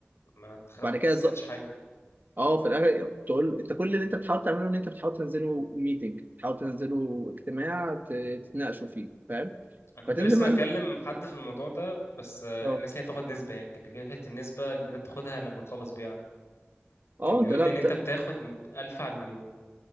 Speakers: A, on the left (about 90°); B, on the right (about 45°).
A: ما تخ- ما
B: بعد كده
A: تستفدش
B: تز...
A: حاجه مم.
B: اه في الاخر تقول انت كل اللي انت بتحاول تعمله ان انت بتحاول تنزله ميتنج تحاول تنزله اجتماع ت- تتناقشوا فيه فاهم
A: انا كنت
B: فتنزل
A: لسه
B: مع
A: بكلم
B: ال-
A: حد في الموضوع ده بس آه،
B: اه
A: الناس هي بتاخد نسبه يعني كان بيتكلم في حته النسبه اللي انت بتاخدها لما تخلص بيعه
B: اه
A: كان بيقول
B: انت لا
A: لي
B: بت...
A: ان انت بتاخد 1000 على المليون